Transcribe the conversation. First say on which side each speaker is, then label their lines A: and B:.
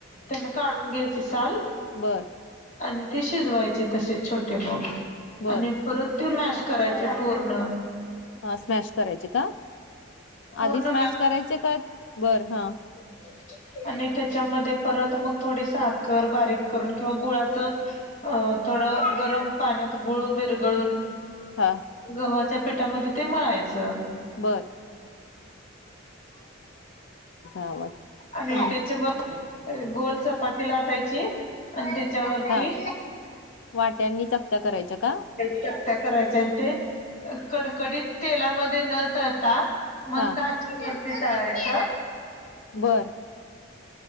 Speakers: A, on the left; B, on the left.
A: त्यांना काढून घ्यायची साल.
B: बरं.
A: आणि तसेच व्हायचे तसे छोटे मग
B: बर
A: आणि परत ते मॅश करायचे पूर्ण
B: हा स्मॅश करायचे का
A: पूर्ण
B: आधी स्मॅश करायचे का बरं हा.
A: ख <unintelligible> आणि त्याच्यामध्ये परत मग थोडी साखर बारीक करून किंवा गुळाचं अ थोडं गरम पाण्यात गुळ विरगळून
B: हा
A: गव्हाच्या पेटामध्ये ते मळायचं.
B: बरं. आवाज
A: आणि
B: हम्म
A: त्याच्या गोल चपाती लाटायची. आणि त्याच्यावरती.
B: हा वाट्यांनी चकत्या करायच्या का
A: क त्या करायच्या आणि ते. कडकडीत तेलामध्ये न तळता मद
B: हा
A: आचे वर्ती तलायच.
B: बरं.